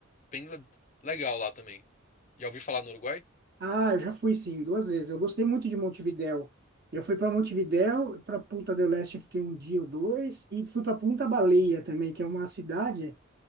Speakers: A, on the left; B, on the right.
A: bem le- legal lá também. Já ouvi falar no Uruguai?
B: Ah, eu já fui sim, duas vezes. Eu gostei muito de Montevidéu. Eu fui para Montevidéu, para Punta del Este eu fiquei um dia ou dois, e fui para Punta Baleia também, que é uma cidade